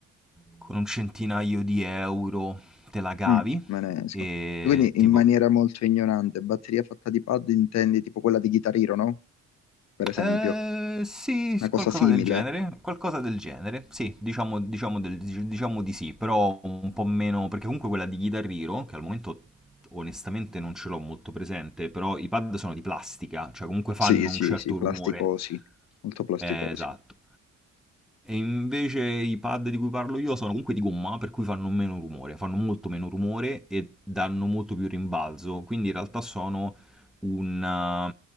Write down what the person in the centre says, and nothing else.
con un centinaio di euro te la cavi
e
tipo...
Eh, sì,
qualcosa
del genere, qualcosa del genere, sì, diciamo, diciamo del- diciamo di sì, però un po' meno, perché comunque quella di Guitar Hero, che al momento onestamente non ce l'ho molto presente, però i pad sono di plastica, cioè comunque fanno
un certo
rumore.
Eh, esatto. E invece i pad di cui parlo io sono comunque di gomma, per cui fanno meno rumore, fanno molto meno rumore e danno molto più rimbalzo, quindi in realtà sono una,